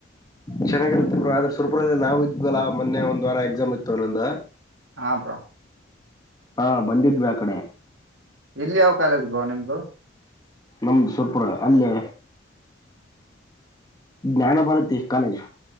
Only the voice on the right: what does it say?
ಹಾ ಬ್ರೋ
ಇಲ್ಲಿ ಯಾವ ಕಾಲೇಜ ಬೋ ನಿಮ್ದು